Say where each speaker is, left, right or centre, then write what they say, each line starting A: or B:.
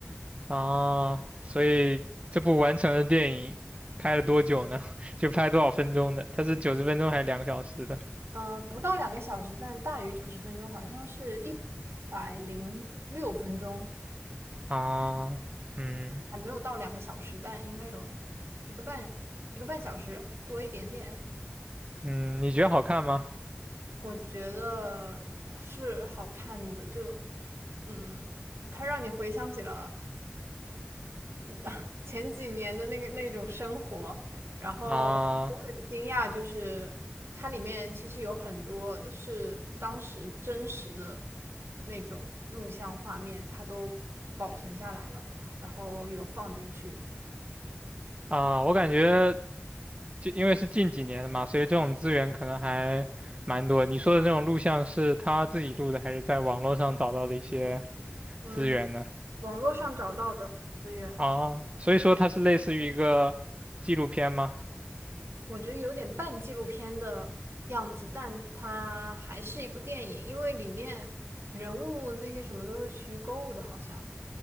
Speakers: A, on the right; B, on the right.
A: 啊？所以这部完成的电影拍了多久呢？<laughs> 就拍多少分钟的？它是九十分钟还是两个小时的？
B: 嗯，不到两个小时，但大于九十分钟，好像是一百零六分钟，
A: 啊，嗯
B: 还没有到两个小时，但应该有一个半一个半小时多一点点。
A: 嗯，你觉得好看吗？
B: 我觉得是好看的，就嗯，它让你回想起了。<laughs> 前几年的那个那种生活，然后我很惊讶，
A: 啊
B: 就是它里面其实有很多是当时真实的那种录像画面，它都保存下来了，然后有放进去。
A: 啊，我感觉就因为是近几年的嘛，所以这种资源可能还蛮多。你说的这种录像是他自己录的，还是在网络上找到的一些
B: 嗯，
A: 资源呢？
B: 网络上找到的资源，
A: 啊，所以说它是类似于一个纪录片吗？
B: 我觉得有点半纪录片的样子，但它还是一部电影，因为里面人物那些什么都是虚构的，好像。